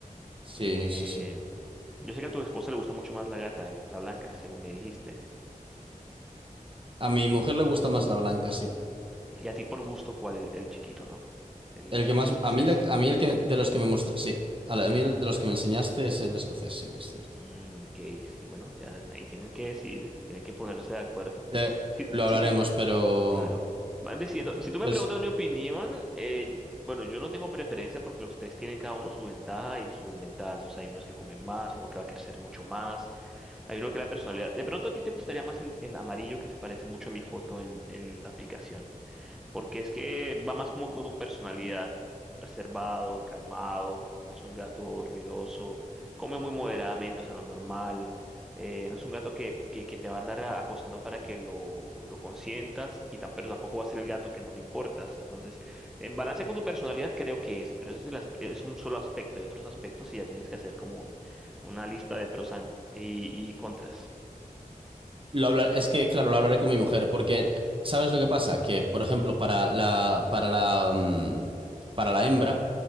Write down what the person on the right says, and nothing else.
Sí,
sí, sí.
A mi mujer le gusta más la blanca, sí.
El que
más,
a mí, la- a mí el que de los que me mostraste, sí, a, la- a mí el de los que me enseñaste es el escocés, sí, es cierto.
Le-
lo hablaremos,
pero
pues,
Lo hablar, es que, claro, lo hablaré con mi mujer, porque eh, ¿sabes lo que pasa? Que, por ejemplo, para la, para la, mm, para la hembra,